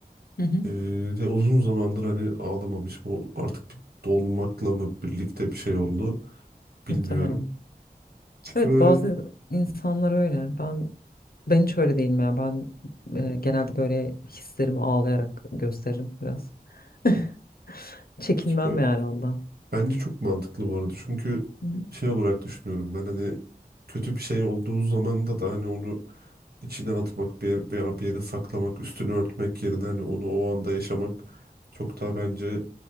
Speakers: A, on the left; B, on the right.
A: hı hı.
B: Ee, ve uzun zamandır hani ağlamamışım. O Artık bir dolmakla mı birlikte bir şey oldu bilmiyorum.
A: muhtemelen.
B: Peki
A: Evet
B: böyle,
A: bazı insanlar öyle. Ben ben hiç öyle değilim ya. Ben e, genelde böyle hislerimi ağlayarak gösteririm biraz. <laughs> Çekinmem
B: peki böyle
A: yani ondan.
B: bence çok mantıklı bu arada. Çünkü
A: Hı
B: şey olarak düşünüyorum ben hani kötü bir şey olduğu zaman da da hani onu içine atmak bir, veya bir yere saklamak, üstünü örtmek yerine hani onu o anda yaşamak çok daha bence